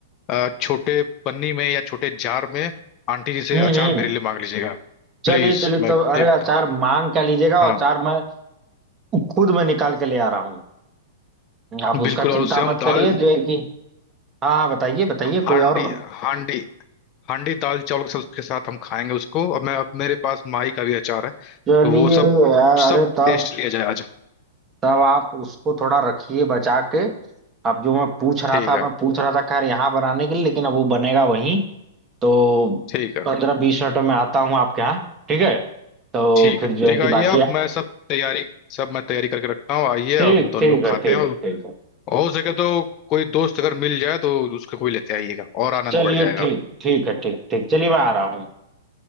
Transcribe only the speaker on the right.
हम्म
हम्म
चलिए
चलिए
तब अरे
अचार मांग क्या लीजिएगा और
अचार मैं खुद मैं निकाल के ले आ रहा हूँ आप उसका
चिंता
मत
करिए जो है कि हाँ हाँ बताइए बताइए
कोई और
चलिए
यार अरे
तब
तब आप उसको थोड़ा रखिए बचा के अब जो मैं पूछ रहा
था
मैं पूछ रहा था खैर यहाँ बनाने के लिए लेकिन अब वो बनेगा वहीं तो
पंद्रह बीस मिनटों में आता हूँ आपके यहाँ ठीक है तो
फिर
जो
है कि
बाकी
ठीक
ठीक
है
ठीक
ठीक है
चलिए
ठीक ठीक है ठीक ठीक चलिए मैं आ रहा हूँ